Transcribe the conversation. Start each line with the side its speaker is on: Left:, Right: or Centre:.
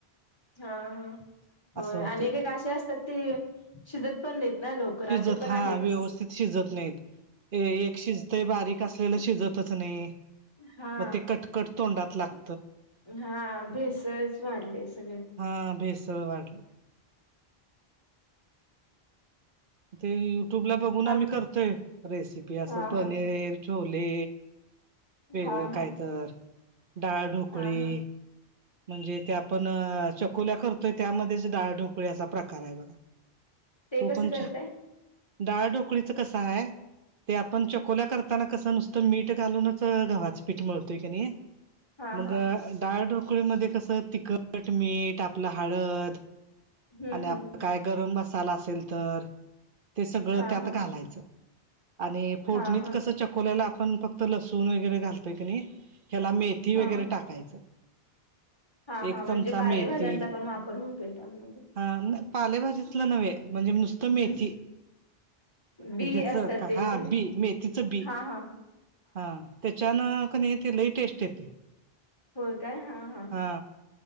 Left: हा हा होय
Right: असं होतय
Left: आणिक
Right: ते.
Left: एक अशी असतात ती शिजत पण नाहीत ना लवकर
Right: शिजत
Left: असे पण
Right: हा
Left: आहेतच.
Right: व्यवस्थित शिजत नाहीत. ए एक शिजतय बारीक असलेलं शिजतच नाही
Left: हा
Right: मग ते कटकट तोंडात लाग
Left: हा भेसळच वाढले सगळ्यात.
Right: ह भेसळ वाढली. ते युट्यूब ला बघून
Left: आम
Right: आम्ही करतोय रेसिपी असं
Left: हा
Right: पनीर
Left: हा
Right: छोले वेगळं
Left: हा हा
Right: काय तर डाळढोकळे.
Left: हा हा
Right: म्हणजे ते आपण चकोल्या करतोय त्यामध्येच डाळढोकळी असा प्रकार आहे बघा.
Left: ते
Right: तो
Left: कसं
Right: पण
Left: करताय.
Right: छ डाळ डोकळीचं कसं आहे. ते आपण चकोल्या करताना कसं नुसतं मीठ घालूनच गव्हाचं पीठ मिळतोय की नाही.
Left: हा
Right: मग
Left: हा
Right: डाळढोकळीमध्ये कसं तिखट मीठ आपलं हळद
Left: हम्म
Right: आणि आपला
Left: हम्म
Right: काय गरम मसाला असेल तर ते सगळं
Left: हा
Right: त्यात
Left: हा
Right: घालायचं आणि फोडणीत
Left: हा हा
Right: कस चकोल्याला आपण फक्त लसूण वगैरे घालतोय की नाही ह्याला मेथी
Left: हा
Right: वगैरे टाकायचं.
Left: हा हा
Right: एक
Left: म्हणजे
Right: चमचा
Left: बालेभाज्यांचा
Right: मेथी
Left: पण वापर होतोय त्यामध्ये
Right: हा पालेभजीचला नव्हे म्हणजे नुसतं
Left: हम्म
Right: मेथी
Left: बी
Right: ह्याच
Left: असतात ते
Right: हा
Left: काय
Right: बी मेथीचं बी
Left: हा हा
Right: हा त्याच्यानं कध ते लईटेस्ट येते.
Left: होय काय हा हा.
Right: हा